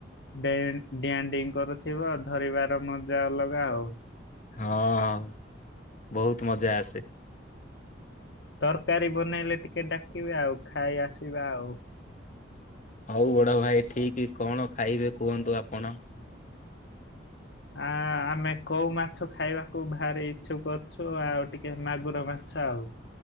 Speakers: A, on the left; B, on the left.
A: ଡେଁ ଡିଆଁ ଡିଁ କରୁଥିବ, ଧରିବାର ମଜା ଅଲଗା ଆଉ।
B: ହଁ ବହୁତ ମଜା ଆସେ।
A: ତରକାରୀ ବନେଇଲେ ଟିକେ ଡାକିବେ ଆଉ ଖାଇ ଆସିବା ଆଉ।
B: ହଉ ବଡ ଭାଇ ଠିକ କଣ ଖାଇବେ କୁହନ୍ତୁ ଆପଣ।
A: ଆ ଆମେ କଉ ମାଛ ଖାଇବାକୁ ଭାରି ଇଚ୍ଛୁକ ଅଛୁ ଆଉ ଟିକେ ମାଗୁର ମାଛ ଆଉ।